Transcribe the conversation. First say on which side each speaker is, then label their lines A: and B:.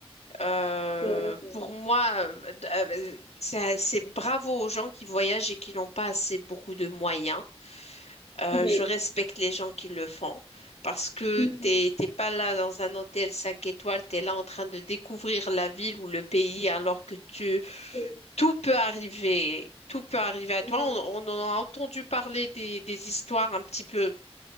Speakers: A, on the left; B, on the left.
A: Euh,
B: c'est vrai, c'est vrai.
A: pour moi, euh, d- euh, c'est c'est bravo aux gens qui voyagent et qui n'ont pas assez beaucoup de moyens. Euh,
B: Oui.
A: je respecte les gens qui le font parce que
B: Mhm.
A: t'es t'es pas là dans un hôtel 5 étoiles, tu es là en train de découvrir la ville ou le pays alors que tu,
B: Mhm.
A: tout peut arriver, tout peut arriver à
B: Mhm.
A: toi. On, on en a entendu parler des, des histoires un petit peu